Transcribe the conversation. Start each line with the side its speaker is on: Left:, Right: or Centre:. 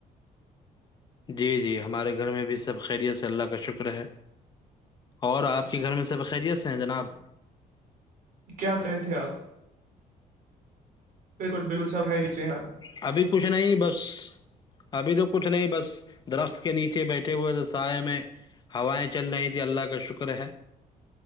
Left: جی جی ہمارے گھر میں بھی سب خیریت سے اللہ کا شکر ہے اور آپ کے گھر میں سب خیریتس ہیں جناب
Right: کیا کر رہے تھے آپ بالکل بالکل سیے ہاں
Left: ابھی کچھ نہیں بس ابھی تو کچھ نہیں بس درخت کے نیچے بیٹھے ہوئے تھ سائے میں ہوائیں چل رہی تھی اللہ کا شکر ہے